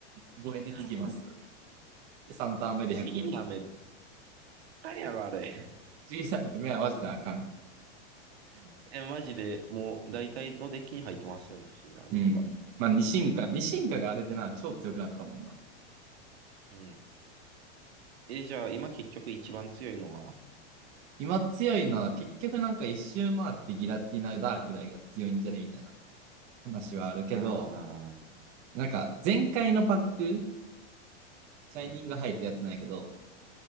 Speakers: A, on the right; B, on the right.
A: ごえんでつきます。
B: 不
A: で、3ターン目で150。
B: 思議な飴。なんやろ、あれ。
A: 不思議な雨はマジであかん。
B: <laughs> え、マジで、もう、大体のデッキに入ってますよね、不思議な飴とか。
A: うん。まあ、二進化。
B: 今。
A: 二進化があれでな、超強くなったもんな。
B: うん。え、じゃあ、今結局一番強いのは
A: 今強いのは結局なんか一周回ってギラティナダークライが強いんじゃねみたいな話はあるけど、
B: ああー、
A: なんか前回のパック、シャイニングハイってやつなんやけど、
B: うん、